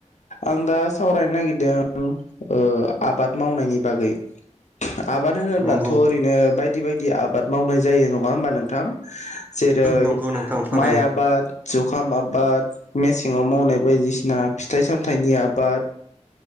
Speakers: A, on the left (about 70°); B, on the right (about 15°).
A: आं दा सावरायनो नागिरदों ओ आबाद मावनायनि बागै। आबाद होनोब्लाथ'
B: नंगौ
A: ओरैनो बाय बायदि बायदि आबाद मावनाय जायो नङा होमबा नोंथां? जेरै
B: नंगौ नोंथां थारैनो
A: माइ आबाद <unintelligible> खाम आबाद मेसेङाव मावनाय बायदिसिना फिथाइ सामथाइनि आबाद